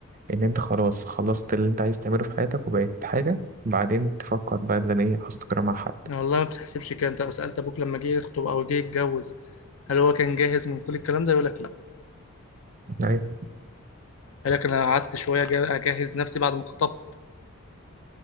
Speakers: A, on the right (about 35°); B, on the left (about 65°).
A: ان انت خلاص خلصت اللي انت عايز تعمله في حياتك وبقيت حاجة بعدين تفكر بقى ان انا ايه هستقر مع حد
B: والله ما بتحسبش كده انت لو سالت ابوك لما جه يخطب او جه يتجوز هل هو كان جاهز من كل الكلام ده يقول لك لا
A: ايوه
B: قال لك انا قعدت شويه جا- اجهز نفسي بعد ما خطبت